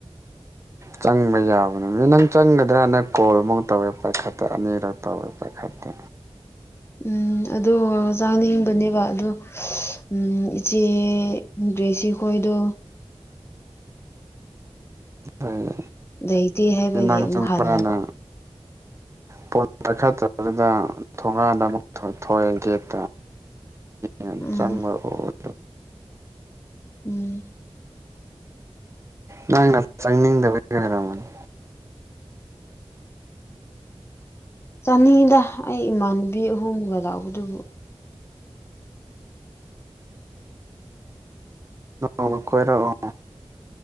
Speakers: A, on the left; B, on the right.
A: <inaudible>
B: ꯆꯪꯕ ꯌꯥꯕꯅꯤ ꯅꯪ ꯆꯪꯒꯗ꯭ꯔꯅ ꯀꯣꯜ ꯃꯨꯛꯀ ꯇꯧꯋꯦ ꯄꯥꯏꯈꯠꯇꯦ ꯑꯅꯤꯔꯛ ꯇꯧꯔꯦ ꯄꯥꯏꯈꯠꯇꯦ
A: ꯎꯝ ꯑꯗꯣ ꯆꯥꯅꯤꯡꯕꯅꯦꯕ ꯑꯗꯣ ꯎꯝ ꯏꯆꯦ ꯒ꯭ꯔꯦꯁꯤꯈꯣꯏꯗꯣ
B: ꯑꯩ
A: ꯂꯩꯇꯦ ꯍꯥꯏꯕꯒꯤ
B: ꯅꯪ
A: ꯑꯃꯨꯛ
B: ꯆꯪꯕ꯭ꯔꯥꯅ
A: ꯍꯜꯂꯕ <inaudible>
B: ꯐꯣꯟ ꯄꯥꯢꯈꯠꯇꯕꯨꯗ ꯊꯣꯡꯒꯥꯥꯟꯗ ꯑꯃꯨꯛ ꯊꯣꯛꯑꯦ ꯒꯦꯠꯇ ꯌꯥꯝ
A: ꯎꯝ
B: ꯆꯪꯕ ꯑꯣꯏ
A: ꯎꯝ
B: ꯅꯪꯅ ꯆꯪꯅꯤꯡꯗꯕꯒꯤ ꯑꯣꯢꯔꯝꯒꯅꯤ
A: ꯆꯥꯅꯤꯡꯉꯤꯗ ꯑꯩ ꯏꯃꯥꯟꯅꯕꯤ ꯑꯍꯨꯝꯒ ꯂꯥꯛꯄꯗꯨꯕꯨ
B: ꯑꯣ ꯀꯣꯏꯔꯛꯑꯣ